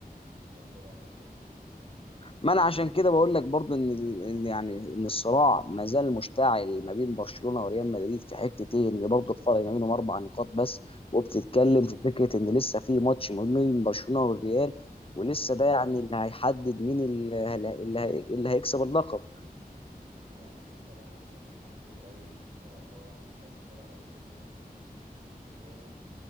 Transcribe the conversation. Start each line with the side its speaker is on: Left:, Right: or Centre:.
Right: لو تلاحظ برضو
Left: ما انا عشان كده بقول لك برضو ان ال- إن يعني ان الصراع ما زال مشتعل ما بين برشلونه وريال مدريد في حته ايه ان برضو الفرق ما بينهم اربع نقاط بس وبتتكلم في فكره ان لسه في ماتش ما بين برشلونه والريال ولسه ده يعني اللي هيحدد مين اللي, اللي هي- اللي هيكسب اللقب
Right: وأكيد طبعا لسه في ماتش قريب إن شاء الله هنبقى نتفرج عليه كلنا و